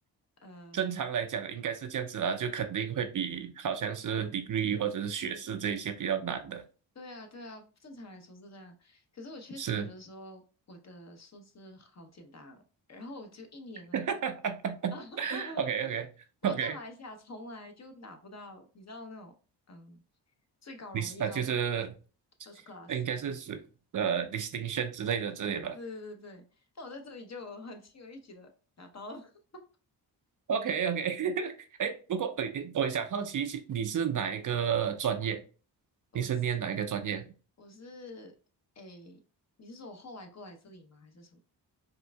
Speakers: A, on the left; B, on the right.
A: 呃
B: 正常来讲应该是这样子啦，就肯定会比好像是 degree 或者是学士这一些比较难的，
A: 对啊，对啊，正常来说是这样，可是我却觉得说我的硕士好简单，
B: 是
A: 然后我就一年而已嘛。
B: <laughs>。
A: <laughs>
B: OK OK
A: 我在马来西亚从来就拿不到，
B: OK，
A: 你知道那种嗯最高荣誉叫什么
B: 你 <laughs> 啊就是
A: ？First class。
B: 应该是属呃 distinction 之类的之类吧。
A: 对对对对，但我在这里就很轻而易举的拿到了。<laughs>
B: OK OK，<laughs> 哎，不过诶，诶我想好奇一下，你是哪一个专业？
A: 我是
B: 你是念哪一个专业？
A: 我是诶，你是说我后来过来这里吗？还是什么？